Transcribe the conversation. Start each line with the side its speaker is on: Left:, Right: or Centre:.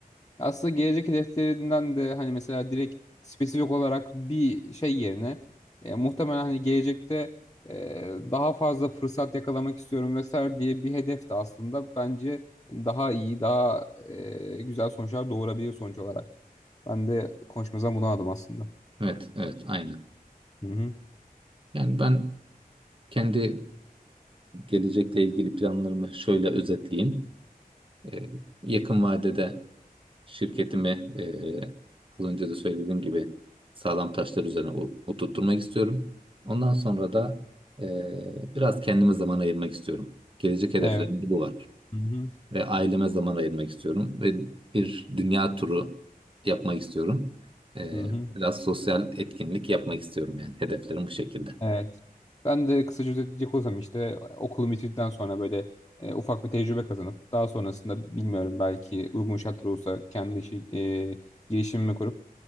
Left: Aslında gelecek hedeflerinden de hani mesela direkt spesifik olarak bir şey yerine e, muhtemelen hani gelecekte e, daha fazla fırsat yakalamak istiyorum vesaire diye bir hedef de aslında bence daha iyi, daha e, güzel sonuçlar doğurabilir sonuç olarak. Ben de konuşmamızdan bunu aldım aslında.
Right: Evet, evet, aynen.
Left: Hı hı.
Right: Yani ben kendi e, gelecekle ilgili planlarımı şöyle özetleyeyim. E, yakın vadede Şirketimi eee, az önce de söylediğim gibi sağlam taşlar üzerine o- oturtturmak istiyorum. Ondan sonra da eee, biraz kendime zaman ayırmak istiyorum. Gelecek hedeflerim
Left: Evet.
Right: de bu var.
Left: Hı hı.
Right: Ve aileme zaman ayırmak istiyorum. Ve bir dünya turu yapmak istiyorum. Eee,
Left: Hı hı.
Right: biraz sosyal etkinlik yapmak istiyorum yani. Hedeflerim bu şekilde.
Left: Evet. Ben de kısaca özetleyecek olursam işte e, okulumu bitirdikten sonra böyle e, ufak bir tecrübe kazanıp daha sonrasında bilmiyorum belki uygun şartlar olursa kendi işi, e, girişimimi kurup